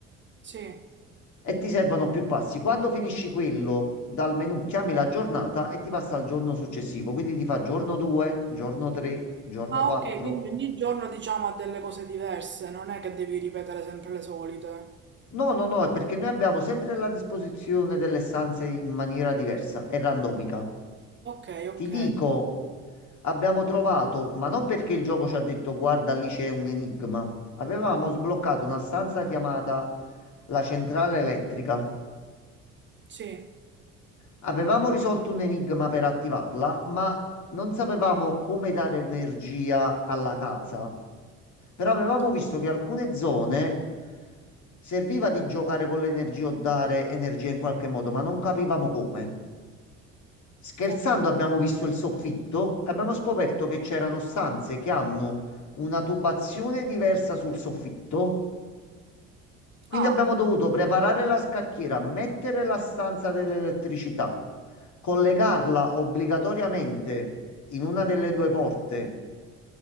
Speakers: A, on the right (about 30°); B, on the left (about 50°).
A: Sì.
B: e ti servono più passi. Quando finisci quello, dal menu chiami la giornata e ti passa al giorno successivo, quindi ti fa giorno 2, giorno 3, giorno
A: Ah,
B: 4.
A: ok, quindi ogni giorno diciamo ha delle cose diverse, non è che devi ripetere sempre le solite.
B: No, no, no, è perché noi abbiamo sempre la disposizione delle stanze in maniera diversa e randomica.
A: Ok, ok.
B: Ti dico, abbiamo trovato, ma non perché il gioco ci ha detto guarda lì c'è un enigma. Avevamo sbloccato una stanza chiamata la centrale elettrica.
A: Sì.
B: Avevamo risolto un enigma per attivarla, ma non sapevamo come dare energia alla casa. Però avevamo
A: Ok.
B: visto che alcune zone serviva di giocare con l'energia o dare energia in qualche modo, ma non capivamo come. Scherzando,
A: Ok.
B: abbiamo visto il soffitto e abbiamo scoperto che c'erano stanze che hanno una tubazione diversa sul soffitto. Quindi
A: Ah,
B: abbiamo
A: ok.
B: dovuto preparare la scacchiera, mettere la stanza dell'elettricità, collegarla obbligatoriamente in una delle due porte